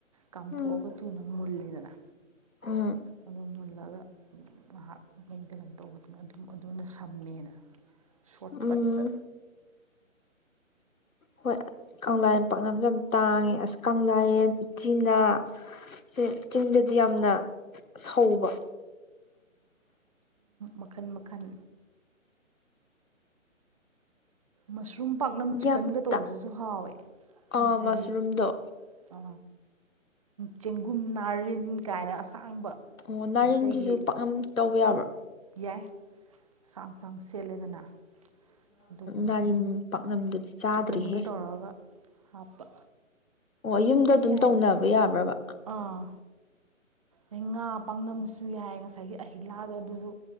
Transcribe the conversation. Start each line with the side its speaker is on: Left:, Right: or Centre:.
Right: ꯀꯥꯝꯊꯣꯛꯑꯒ
Left: ꯎꯝ
Right: ꯊꯨꯅ ꯃꯨꯜꯂꯦꯗꯅ
Left: ꯎꯝ
Right: ꯑ ꯃꯨꯂꯦ ꯈꯠꯂꯒ ꯉꯥꯏꯍꯥꯛ ꯃꯩꯗꯅ ꯇꯧꯕꯗꯨꯅ ꯑꯗꯨꯝ ꯑꯗꯨꯅ ꯁꯝꯃꯦꯅ ꯁꯣꯔꯠ
Left: ꯎꯝ
Right: ꯀꯠꯇ
Left: ꯍꯣꯏ ꯀꯪꯂꯥ ꯄꯥꯛꯅꯝꯁꯨ ꯌꯥꯝ ꯇꯥꯡꯉꯦ ꯑꯁ ꯀꯪꯂꯥꯌꯦꯟ ꯎꯆꯤꯅꯥ ꯁꯦ ꯆꯤꯡꯗꯗꯤ ꯌꯥꯝꯅ ꯁꯧꯕ
Right: ꯃꯈꯜ ꯃꯈꯜ ꯃꯁꯔꯨꯝ ꯄꯥꯛꯅꯝ ꯆꯤꯛꯀꯟꯒ
Left: ꯌꯥꯝ
Right: ꯇꯧꯕꯗꯨꯁꯨ
Left: ꯇꯥ
Right: ꯍꯥꯎꯋꯦ ꯆꯨꯝꯅꯒꯤ
Left: ꯑꯥ ꯃꯁꯔꯨꯝꯗꯣ
Right: ꯑ ꯆꯦꯡꯒꯨꯝ ꯅꯥꯔꯤꯟ ꯀꯥꯏꯅ ꯑꯁꯥꯡꯕ
Left: ꯑꯣ ꯅꯥꯔꯤꯟꯁꯤꯁꯨ
Right: ꯃꯩꯇꯩꯒꯤ
Left: ꯄꯥꯛꯅꯝ ꯇꯧꯕ ꯌꯥꯕ꯭ꯔꯥ
Right: ꯌꯥꯏ ꯆꯥꯡ ꯁꯥꯡ ꯁꯦꯠꯂꯦꯗꯅ ꯑꯗꯨꯒ ꯍꯧꯖꯤꯛꯀꯤꯅ
Left: ꯅꯥꯔꯤꯟ ꯄꯥꯛꯅꯝꯗꯨꯗꯤ ꯆꯥꯗ꯭ꯔꯤꯍꯦ
Right: ꯆꯤꯛꯀꯟꯒ ꯇꯧꯔꯒ ꯍꯥꯞꯄ
Left: ꯑꯣ ꯌꯨꯝꯗ
Right: ꯂꯣꯏ
Left: ꯑꯗꯨꯝ
Right: ꯌꯥꯏꯗ
Left: ꯇꯧꯅꯕ ꯌꯥꯕ꯭ꯔꯕ
Right: ꯑꯥ ꯑꯗꯩ ꯉꯥ ꯄꯥꯛꯅꯝꯁꯨ ꯌꯥꯏ ꯉꯁꯥꯏꯒꯤ ꯑꯍꯤꯜꯂꯥꯗꯣ ꯑꯗꯨꯁꯨ